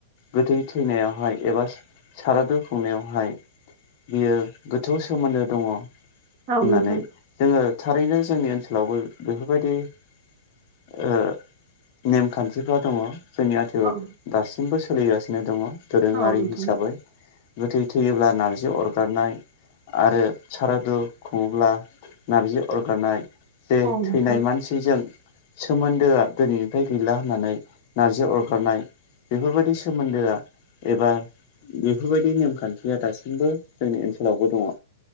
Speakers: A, on the left (about 40°); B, on the right (about 30°).
A: गोथै थैनायावहाय एबा सारादु खुंनायावहाय बियो गोथौ सोमोन्दो दङ' होननानै
B: औ नोंथां
A: जोङो थारैनो जोंनि ओनसोलावबो बेफोरबायदि ओ नेमखान्थिफ्रा दङ' जोंनि आथिखालाव
B: औ नोंथां औ
A: दासिमबो सोलिगासिनो दङ' दोरोङारि
B: औ नोंथां
A: हिसाबै गोथै थैयोब्ला नारजि अरगारनाय आरो सारादु खुङोब्ला नारजि अरगारनाय जे
B: औ नोंथां
A: थैनाय मानसिजों सोमोन्दोआ दिनै थाय गैला होननानै नारजि अरगारनाय बेफोरबायदि सोमोन्दोआ एबा बेफोरबायदि नेमखान्थिया दासिमबो जोंनि ओनसोलावबो दङ'